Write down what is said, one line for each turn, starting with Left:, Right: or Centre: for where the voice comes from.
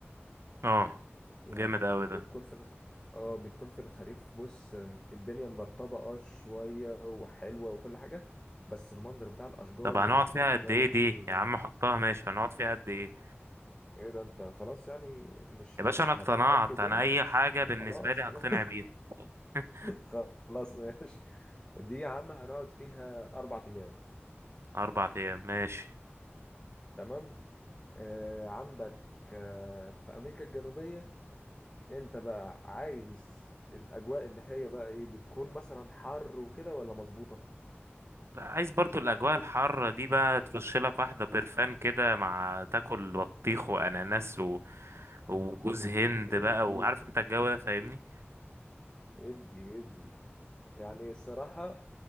Right: اه
Left: يعني
Right: جامد اوي
Left: بتكون
Right: ده
Left: في الخ... اه بتكون في الخريف بص آم، الدنيا مرطبة اه شوية وحلوة وكل حاجة بس المنظر بتاع الاشجار
Right: طب هنقعد
Left: والصراحة
Right: فيها
Left: الجو
Right: قد ايه
Left: هناك
Right: دي
Left: بيبقى
Right: يا
Left: جامد
Right: عم حطها ماشي هنقعد فيها قد ايه
Left: ايه ده انت خلاص يعني مش
Right: يا
Left: مش
Right: باشا انا اقتنعت
Left: هتتأكد
Right: انا
Left: يعني
Right: اي حاجة بالنسبة
Left: خلاص
Right: لي
Left: خلاص
Right: هقتنع بيها <laughs>
Left: <laughs> خلاص <laughs> ماشي دي يا عم هنقعد فيها أربع أيام
Right: اربع ايام ماشي
Left: تمام آه عندك آه في أمريكا الجنوبية أنت بقى عايز الأجواء اللي هي بقى إيه بتكون مثلا حر وكده ولا مظبوطة
Right: لا، عايز برضو الاجواء الحارة دي بقى ترش لك واحدة برفان كده مع تاكل بطيخ واناناس و... وجوز هند
Left: إدي
Right: بقى وعارف انت الجو ده فاهمني
Left: إدي إدي يعني الصراحة